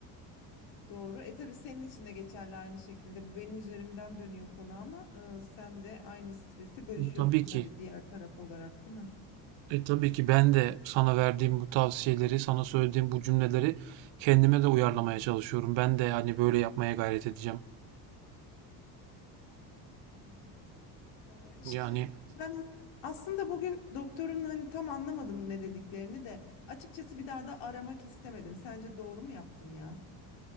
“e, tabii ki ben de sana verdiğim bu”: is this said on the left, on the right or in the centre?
Right